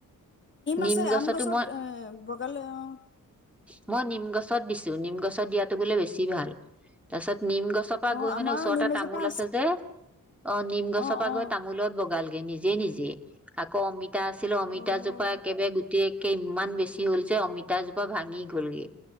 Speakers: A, in the centre; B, on the left.
A: নিম
B: আছে
A: গছতো
B: আম গছত
A: মই-মই
B: এ বগালে অ
A: নিম গছত দিছ। নিম গছত দিয়াতটো বোলে বেছি ভাল তাৰ পিছত। নিম গছৰ পৰা
B: অ
A: গৈ
B: আমাৰো
A: মানে ওচৰতে
B: নিম এজোপা
A: তামোল আছে যে। অ, মোৰ নিম গছৰ
B: অ
A: পা
B: অ
A: গৈ তামোলত বগাল নিজে নিজে আকৌ অমিত তা আছিল, অমিতাজোপা
B: অ
A: একবাৰে গোট তে একে ইমান বেছি হ'ল যে, অমিতাজোপা ভাঙি গ'লগে।